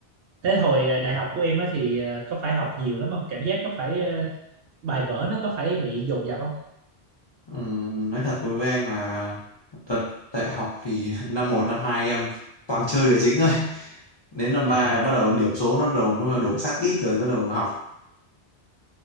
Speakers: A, on the right; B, on the left.
A: thế hồi ờ, đại học của em á thì ờ, có phải học nhiều lắm không cảm giác có phải ờ, bài vở nó có phải bị dồn dập không
B: ừ, nói thật với anh là thật đại học thì <laughs> năm một năm hai em toàn chơi là chính thôi đến năm ba
A: à
B: bắt đầu điểm số nó đầu nó đuổi sát đít rồi bắt đầu học